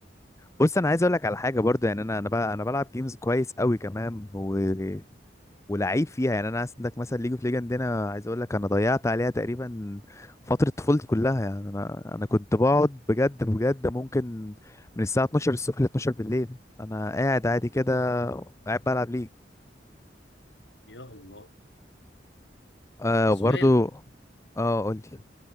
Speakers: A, on the left; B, on the left.
A: بص انا عايز اقول لك على حاجة برضو يعني انا انا بقى انا بلعب جيمز كويس قوي كمان و... ولعيب فيها يعني انا عندك مثلا ليج اوف ليجند هنا عايز اقول لك انا ضيعت عليها تقريبا فترة طفولتي كلها يعني انا انا كنت بقعد بجد بجد ممكن من الساعة 12 الصبح ل 12 بالليل انا قاعد عادي كده قاعد بلعب ليج
B: يا الله
A: آه
B: سؤال
A: برضو اه قول لي